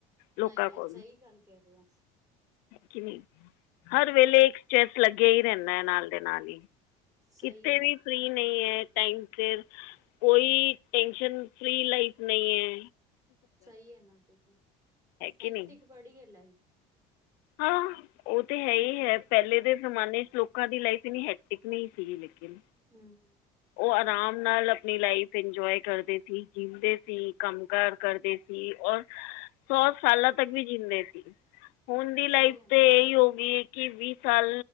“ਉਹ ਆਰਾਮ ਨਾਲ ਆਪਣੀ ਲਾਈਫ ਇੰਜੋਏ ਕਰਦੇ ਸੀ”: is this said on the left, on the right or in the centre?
Left